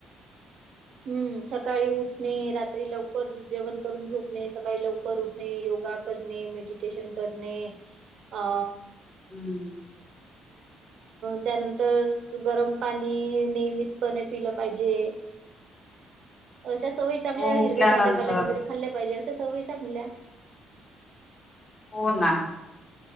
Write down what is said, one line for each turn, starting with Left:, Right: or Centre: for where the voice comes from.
Right: हम्म सकाळी उठणे रात्री लवकर जेवण करून झोपणे सकाळी लवकर उठणे योगा करणे मेडिटेशन करणे. अ
Left: हम्म
Right: त्यानंतर गरम पाणी नियमितपणे पिलं पाहिजे. अशा सवय चांगल्या
Left: हो
Right: हिरव्या
Left: उठल्यानंतर
Right: भाज्यापाल्या वगैरे खाल्ल्या पाहिजे अशा सवय चांगल्या
Left: हो ना.